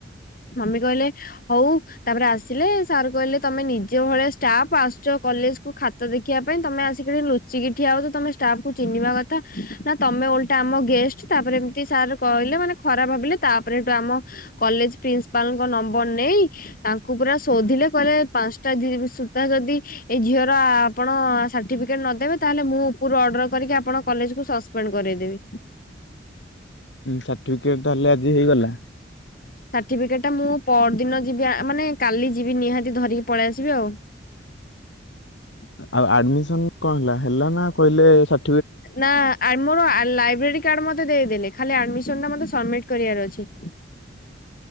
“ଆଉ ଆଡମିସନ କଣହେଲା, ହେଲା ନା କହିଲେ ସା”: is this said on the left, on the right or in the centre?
Left